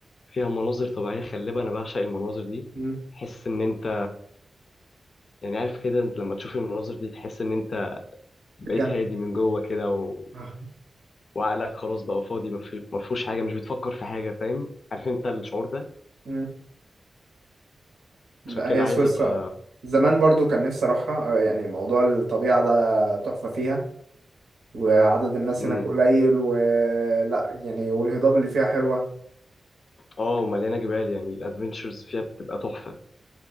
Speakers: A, on the left (about 70°); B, on the right (about 80°).
A: فيها مناظر طبيعية خلابة انا بعشق المناظر دي
B: مم.
A: تحس ان انت يعني عارف كده انت لما تشوف المناظر دي تحس ان انت بقيت
B: في الجنة
A: هادي من جوه كده و...
B: آه.
A: وعقلك خلاص بقى فاضي ما في- ما فيهوش حاجة مش بتفكر في حاجة فاهم عارف انت الشعور ده
B: مم. لا
A: عشان كده
B: هي
A: عايز
B: سويسرا
A: ابقى
B: زمان برضو كان نفسي اروحها آه، يعني موضوع الطبيعة ده تحفة فيها وعدد الناس
A: امم
B: هناك قليل ولا يعني والهضاب اللي فيها حلوة
A: اه ومليانة جبال يعني الادفنتشرز فيها بتبقى تحفة